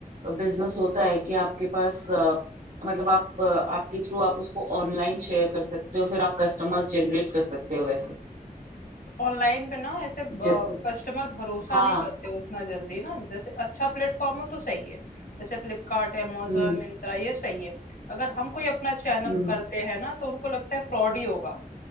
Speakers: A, on the right (about 65°); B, on the left (about 85°).
A: बिजनेस होता है कि आपके पास अ, मतलब आप अ, आपके थ्रू आप उसको ऑनलाइन शेयर कर सकते हो फिर आप कस्टमर्स जनरेट कर सकते हो वैसे
B: तो ऑनलाइन पे ना ऐसे
A: जैसे
B: कस्टमर भरोसा
A: हाँ
B: नहीं करते उतना जल्दी ना जैसे अच्छा प्लेटफॉर्म हो तो सही है जैसे फ्लिपकार्ट amazon
A: हम्म
B: मिंत्रा ये सही है अगर हम कोई अपना चैनल
A: हम्म
B: करते हैं ना तो उनको लगता है फ्रॉड ही होगा